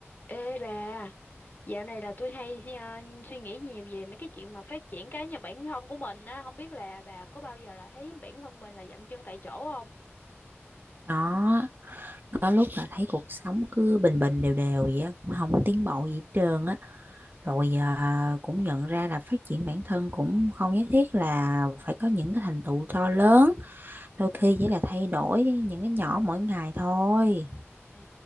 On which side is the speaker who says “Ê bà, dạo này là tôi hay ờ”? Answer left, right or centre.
Left